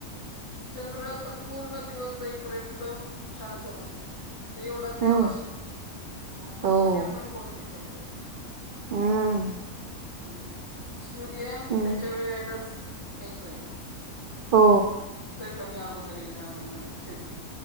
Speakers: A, on the left (about 45°); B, on the right (about 75°).
A: नाही चंद्र आता पूर्ण दिवस जाईपर्यंत शांत बसतोय तो एवढा देव
B: हम्म
A: असून
B: हो
A: आणि आपण कोण त्यांच्या पुढे
B: हम्म
A: हम् सूर्य
B: हम्म
A: त्याच्या वेळेलाच येतोय
B: हो
A: कमी अगोदर येणार मी नंतर येणार